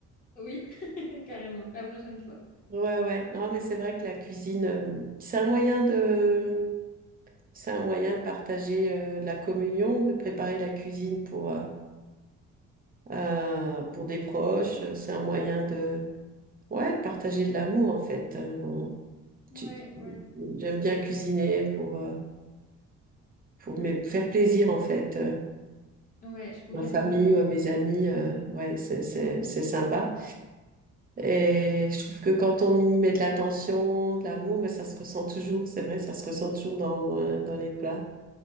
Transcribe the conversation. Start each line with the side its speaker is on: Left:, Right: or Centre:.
Left: Oui, <laughs> carrément, la prochaine fois.
Right: Ouais, ouais. Non, mais c'est vrai que la cuisine, euh, c'est un moyen de, c'est un moyen de partager euh, de la communion, de préparer la cuisine pour, euh, euh, pour des proches. C'est un moyen de, ouais, partager de l'amour, en fait. Euh,
Left: Ouais,
Right: Tu-
Left: ouais.
Right: J'aime bien cuisiner pour, euh, pour me faire plaisir en fait. euh,
Left: Ouais, je suis complètement
Right: Ma famille,
Left: d'accord.
Right: ou à mes amis, euh, ouais, c'est, c'est, c'est sympa. Et je trouve que quand on y met de l'attention, de l'amour, ben, ça se ressent toujours, c'est vrai, ça se ressent toujours dans, dans, dans les plats.